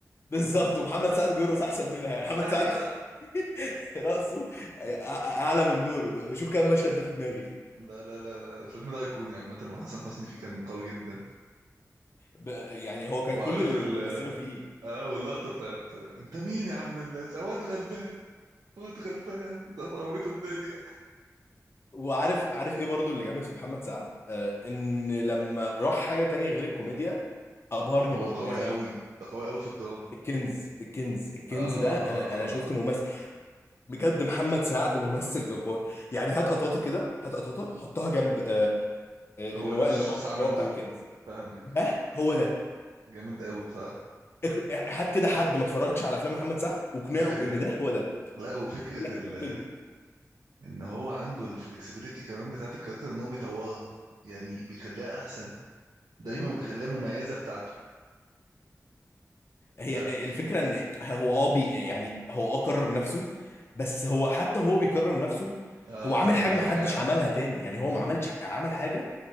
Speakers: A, on the left; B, on the right.
A: بالظبط ومحمد سعد بيرقص احسن منها يعني محمد
B: <laughs> ايوه
A: سعد <laughs> رقصه أع- اعلى من نور بشوف كام مشهد ده في دماغي
B: لا لا لا لا الفيلم ده ايقوني عامة وحسن حسني فيه كان قوي جدا
A: ب... يعني هو كان
B: وعارف
A: كل اللي
B: ال
A: بيمثله فيه
B: اه واللقطة بتاعت انت مين يا عم اللاش واد غلبان واد غلبان ده فرميت الدنيا
A: وعارف عارف ايه برضو اللي جامد في محمد سعد آه ان لما راح حاجة تانية غير الكوميديا ابهرني
B: هو
A: برضو
B: قوي
A: يعني
B: قوي
A: ما...
B: ده قوي قوي في الدراما
A: الكنز الكنز الكنز
B: اه
A: ده انا
B: اه اه
A: انا شفت
B: اه
A: ممثل بجد محمد سعد ممثل جبار يعني هات قطاطة كده هات قطاطة حطها جنب آه
B: هو
A: آه، اللي
B: نفس
A: هو اللي
B: الشخص
A: هو
B: عمل
A: اللي هو بتاع
B: دول
A: الكنز
B: فاهمك
A: ده هو ده
B: جامد قوي بصراحة
A: اخ- هات كده حد ما اتفرجش على افلام محمد سعد واقنعه
B: ايوه
A: ان ده هو ده
B: لا وفكرة
A: يقول لك انت
B: ال
A: بتكذب
B: ان هو عنده الفلكسبيليتي كمان بتاعت الكاركتر ان هو بيطورها يعني بيخليها احسن دايما
A: مم.
B: وبيخليها مميزه بتاعته
A: هي
B: ده ال...
A: الفكرة ان هو اه بي يعني هو اه كرر نفسه بس هو حتى هو بيكرر نفسه
B: آه
A: هو عامل
B: لا
A: حاجة
B: كان
A: ما
B: بياع
A: حدش عملها تاني يعني هو
B: امم
A: ما عملش عمل حاجة